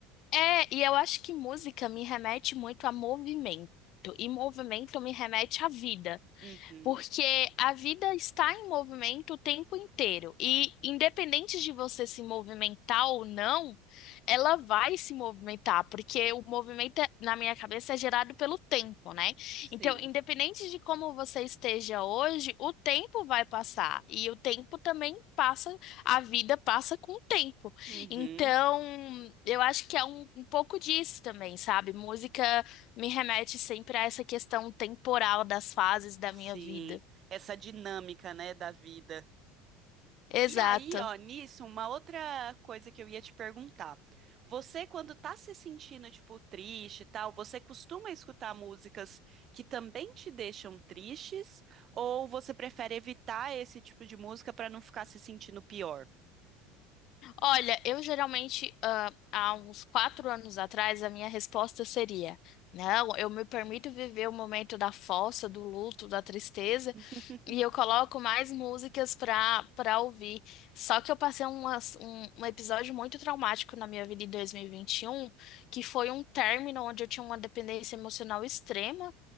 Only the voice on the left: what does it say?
É, e eu acho que música me remete muito a movimento, e movimento me remete à vida.
Porque a vida está em movimento o tempo inteiro. E independente de você se movimentar ou não, ela vai se movimentar, porque o movimento, é- na minha cabeça, é gerado pelo tempo, né?
Então, independente de como você esteja hoje, o tempo vai passar. E o tempo também passa, a vida passa com o tempo.
Então, eu acho que é um, um pouco disso também, sabe? Música. Me remete sempre a essa questão temporal das fases da
minha vida.
Exato.
Olha, eu geralmente, ah, há uns quatro anos atrás, a minha resposta seria: não, eu me permito viver o momento da fossa, do luto, da tristeza,
E eu coloco mais músicas pra, pra ouvir. Só que eu passei umas- um, um episódio muito traumático na minha vida em dois mil e e vinte e um que foi um término onde eu tinha uma dependência emocional extrema